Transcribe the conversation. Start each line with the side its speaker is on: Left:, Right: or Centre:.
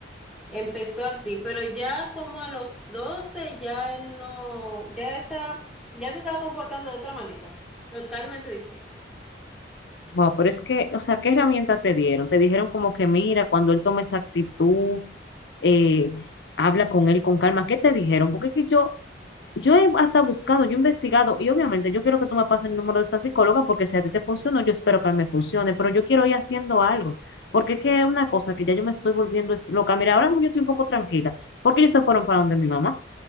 Centre: Empezó así, pero ya como a los 12 ya él no, ya estaba, ya se estaba comportando de otra manera, totalmente distinta.
Left: Wow, pero es que, o sea, ¿qué herramientas te dieron? Te dijeron como que mira, cuando él tome esa actitud, eh, habla con él con calma. ¿Qué te dijeron? Porque es que yo, Yo he hasta buscado, yo he investigado y obviamente yo quiero que tú me pases el número de esa psicóloga porque si a ti te funcionó, yo espero que a mí me funcione, pero yo quiero ir haciendo algo, porque es que es una cosa que ya yo me estoy volviendo es loca. Mira, ahora mismo yo estoy un poco tranquila porque ellos se fueron para donde mi mamá,